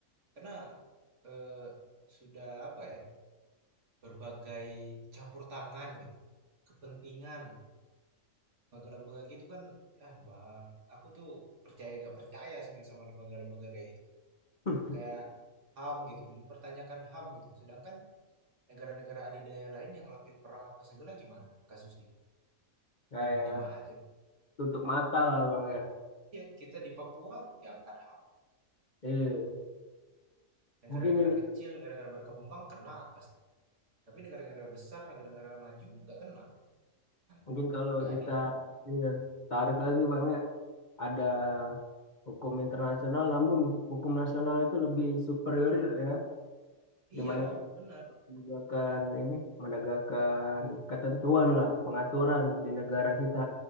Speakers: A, on the right (about 60°); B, on the left (about 35°).
A: Karena eh, sudah apa ya berbagai campur tangan gitu, kepentingan lembaga-lembaga gitu kan. Ah bang, aku tuh percaya gak percaya sebenarnya sama lembaga-lembaga kayak gitu tuh.
B: <laughs>
A: Kayak HAM gitu, mempertanyakan HAM gitu. Sedangkan negara-negara adidaya lain yang ngelakuin perang apa segala gimana kasusnya?
B: kayak
A: Diem-diem aja.
B: tutup mata lah bang ya.
A: Ya, kita di Papua ya kan HAM.
B: Iya,
A: Negara-negara
B: mungkin ini
A: kecil, negara-negara berkembang kena pasti. Tapi negara-negara besar, negara-negara maju nggak kena. tuh. Gimana?
B: mungkin kalau
A: Nggak
B: kita
A: adil kan?
B: iya, tarik lagi bang ya, ada hukum internasional, namun hukum nasional itu lebih superior ya,
A: Iyalah,
B: di mana kita
A: benar.
B: menegakkan ini menegakkan ketentuan lah, pengaturan di negara kita.